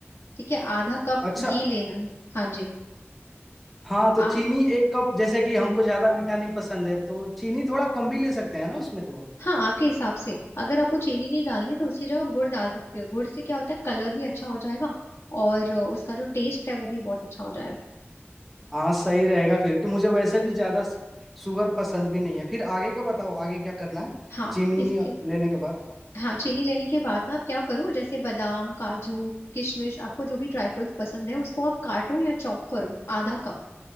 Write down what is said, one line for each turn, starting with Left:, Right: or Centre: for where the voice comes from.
Left: ठीक है आधा कप
Centre: अच्छा
Left: घी लेना है हाँ जी
Centre: हाँ
Left: आ,
Centre: तो चीनी एक कप जैसे कि हमको ज्यादा मीठा नहीं पसंद है तो चीनी थोड़ा कम भी ले सकते हैं ना उसमें तो
Left: हाँ आपके हिसाब से अगर आपको चीनी नहीं डालनी तो उसकी जगह आप गुड़ डाल सकते हो गुड़ से क्या होता है कलर भी अच्छा हो जाएगा और अ, उसका जो टेस्ट है वो भी बहुत अच्छा हो जाएगा
Centre: हाँ सही रहेगा फिर तो मुझे वैसे भी ज्यादा शुगर पसंद भी नहीं है फिर आगे का बताओ आगे क्या करना है
Left: हाँ
Centre: चीनी
Left: इसके
Centre: लेने के बाद
Left: हाँ चीनी लेने के बाद ना आप क्या करो जैसे बादाम काजू किशमिश आपको जो भी ड्राई फ्रूट्स पसंद है उसको आप काटो या चॉप करो आधा कप